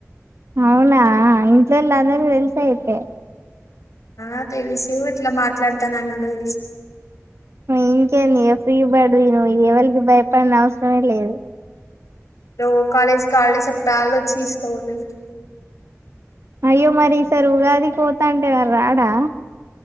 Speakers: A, on the right; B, on the left.
A: అవునా ఇంట్లల్ అంద తెల్సా యితే
B: ఆ తెలుసు ఇట్లా మాట్లాడతాను అని కూడా తెలుసు
A: ఇంకేం ఫ్రీబడువవు ఎవలకి భయపడిన అవసరమే లేదు
B: ర కాలేజ్ కాళ్ప్పుడళ వచ్చిసుకోవుతు
A: అయ్యో మరి ఈసారి ఉగాదికి పోతా అంటే మరి రాడా